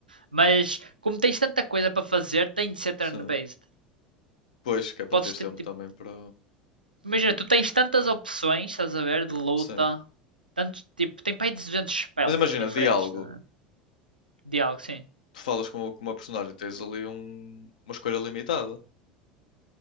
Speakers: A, on the right; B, on the left.
A: Mas como tens tanta coisa para fazer, tem de ser turn-based.
B: Sim. Pois, que é para
A: podes
B: teres
A: ter
B: tempo
A: tipo.
B: também para.
A: Imagina, tu tens tantas opções, estás a ver, de luta.
B: Sim.
A: Tanto, tipo, tem para aí 200 spells
B: Mas imagina,
A: diferentes,
B: diálogo.
A: né? diálogo, sim.
B: Tu falas com, com uma personagem, tens ali um- uma escolha limitada.